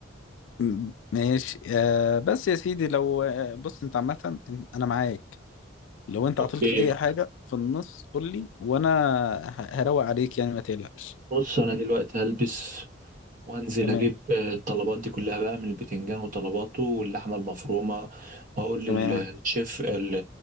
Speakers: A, on the left; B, on the right.
A: م- ماشي آه بس يا سيدي لو آه بص أنت عامة إن- أنا معاك لو أنت
B: اوكي
A: عطلت في أي حاجة في النص قول لي وأنا ه- هروق عليك يعني ما تقلقش
B: بص انا دلوقتي هلبس وانزل
A: تمام
B: اجيب الطلبات دي كلها بقى من البتنجان وطلباته واللحمه المفرومه واقول للشيف
A: تمام
B: ال-